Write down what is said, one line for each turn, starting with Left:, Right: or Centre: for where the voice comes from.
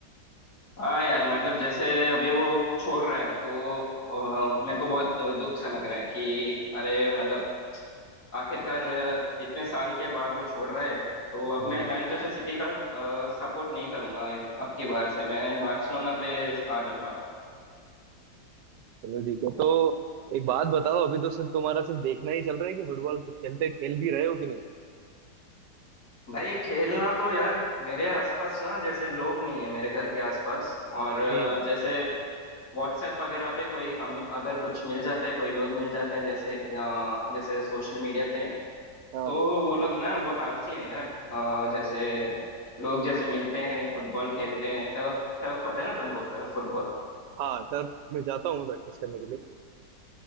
Left: हाँ यार मतलब जैसे अभी वो छोड़ रहा है तो अ, मेरे को बहुत दुख सा लग रहा है कि अरे मतलब आखिरकार अ, इतने साल के बाद वो छोड़ रहा है तो अब
Right: हम्म
Left: मैं मैनचेस्टर सिटी का सपोर्ट नहीं करूंगा अब की बार से मैं बार्सिलोना पे आ जाऊंगा
Right: चलो ठीक है तो एक बात बताओ अभी तो सिर्फ तुम्हारा सिर्फ देखना ही चल रहा है कि फुटबॉल खेलते खेल भी रहे हो कि नहीं
Left: भाई खेलना तो यार मेरे आसपास ना जैसे लोग नहीं है मेरे घर के आसपास और अ,
Right: हम्म
Left: जैसे व्हाट्सएप वगैरह पे कोई कम अगर कुछ मिल जाता है कोई लोग मिल जाते हैं जैसे या जैसे सोशल मीडिया पे
Right: हाँ
Left: तो वो लोग ना बहुत आलसी हैं यार अ, जैसे लोग जैसे मिलते हैं फुटबॉल खेलते हैं टर्फ टर्फ पता है ना तुमको टर्फ फुटबॉल
Right: हाँ टर्फ में जाता हूँ मैं प्रैक्टिस करने के लिए